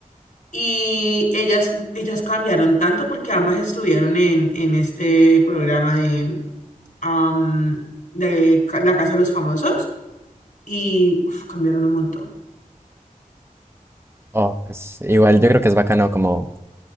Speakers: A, on the left (about 75°); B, on the right (about 15°).
A: Y ellas, ellas cambiaron tanto porque ambas estuvieron en, en este programa de, am, de Ca- La Casa de los Famosos y uf, cambiaron un montón.
B: Oh, pues igual yo creo que es bacano como,